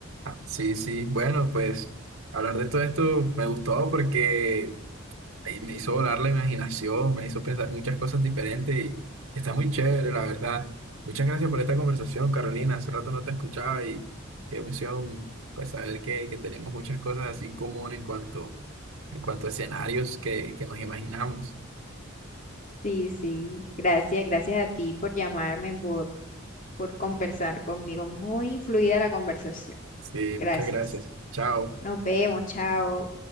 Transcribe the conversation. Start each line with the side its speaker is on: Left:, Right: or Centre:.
Right: Sí, sí, bueno, pues hablar de todo esto me gustó porque eh, me hizo volar la imaginación, me hizo pensar muchas cosas diferentes y está muy chévere, la verdad. Muchas gracias por esta conversación, Carolina. Hace rato no te escuchaba y qué emoción, pues saber que, que tenemos muchas cosas así en común en cuanto, en cuanto a escenarios que, que nos imaginamos.
Left: Sí, sí, gracias, gracias a ti por llamarme, por, por conversar conmigo. Muy fluida la conversación.
Right: Sí,
Left: Gracias.
Right: muchas gracias. Chao.
Left: Nos vemos, chao.